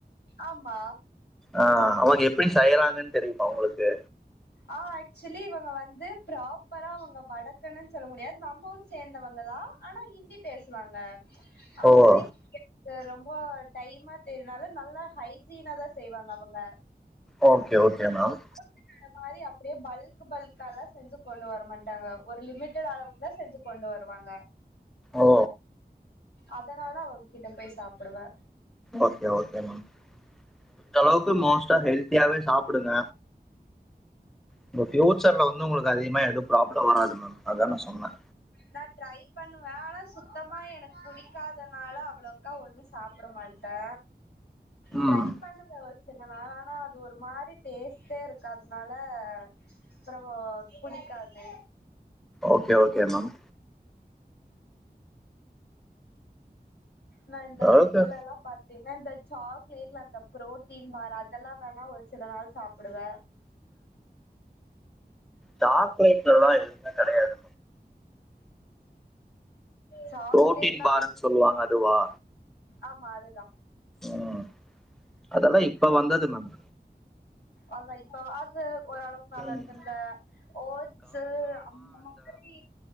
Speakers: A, on the left; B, in the centre.
A: ஆமா
B: ஆ அவுங்க எப்டி செய்யறாங்கன் தெரிமா உங்ளுக்கு
A: ஆ ஆக்சுலி இவங்க வந்து ப்ராப்பரா அவங்க வடக்கணன் சொல்ல முடியாது நம்ம ஊரு சேந்தவங்கதா ஆனா இந்தி பேசுவாங்க அவங்களைக்
B: ஓ
A: இது ரொம்போ டைமா தெரினால நல்லா ஹைஜீனா தா செய்வாங்க அவங்க
B: ஓகே ஓகே
A: இந்த
B: மேம்
A: மாரி அப்டே பல்க் பல்காலா செஞ்சு கொண்டு வர மாட்டாங்க ஒரு லிமிட்டட் அளவுக்கு தா செஞ்சு கொண்டு வருவாங்க
B: ஓ
A: அதனால அவங்கிட்ட போய் சாப்டுவே
B: ஓகே ஓகே மேம் முடிஞ்சளவுக்கு மோஸ்ட்டா ஹெல்தியாவே சாப்புடுங்க உங்க ஃபியூச்சர்ல வந்து உங்களுக்கு அதிகமா எது ப்ராப்ளம் வராது மேம் அதா நா சொன்ன
A: நா ட்ரை பண்ணுவே ஆனா சுத்தமா எனக்கு புடிக்காதனால அவ்ளோ க்கா ஒன்னு சாப்ட மாட்டே ட்ரை
B: ம்
A: பண்ணுவே ஒரு சில நா ஆனா அது ஒரு மாரி டேஸ்ட்டே இருக்காதனால அப்றமோ புடிக்காது
B: ஓகே ஓகே மேம்
A: நா இந்த
B: ஓகே
A: இதுலலா பாத் திங்னா இந்த சாக்லேட்ல அந்த ப்ரோட்டீன் மாரி அதெல்லா வேணா ஒரு சில நாள் சாப்டுவே
B: சாக்லேட்லலா எதுமே கெடையாது
A: சாக்லேட்னா
B: புரோட்டீன் பார்னு சொல்லுவாங்க அதுவா
A: ஆமா அதுதா
B: ம் அதெல்லாம் இப்ப வந்தது மேம்
A: அதா இப்போ அது ஒரளவு நல்லாருக்கு
B: ம்
A: இந்த ஓட்சு அந்த மாதிரி